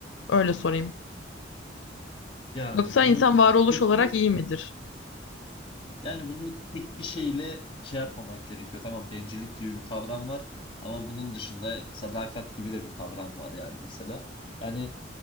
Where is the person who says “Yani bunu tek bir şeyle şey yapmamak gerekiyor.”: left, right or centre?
Left